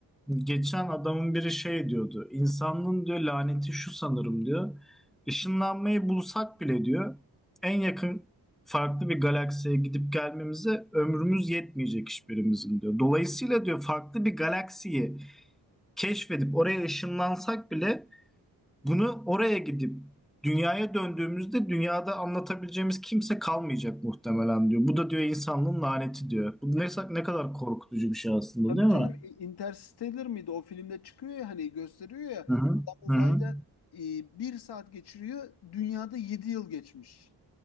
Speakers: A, in the centre; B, on the left.
A: Geçen adamın biri şey diyordu. İnsanlığın diyor laneti şu sanırım diyor. Işınlanmayı bulsak bile diyor en yakın farklı bir galaksiye gidip gelmemize ömrümüz yetmeyecek hiçbirimizin diyor. Dolayısıyla diyor farklı bir galaksiyi keşfedip oraya ışınlansak bile Bunu oraya gidip dünyaya döndüğümüzde dünyada anlatabileceğimiz kimse kalmayacak muhtemelen diyor. Bu da diyor insanlığın laneti diyor. Bu ne, ne kadar korkutucu bir şey aslında
B: Tabii
A: değil
B: canım
A: mi?
B: e, Interstellar mıydı? O filmde çıkıyor ya hani gösteriyor ya
A: Hı hı.
B: adam uzayda
A: Hı hı.
B: e, bir saat geçiriyor dünyada yedi yıl geçmiş.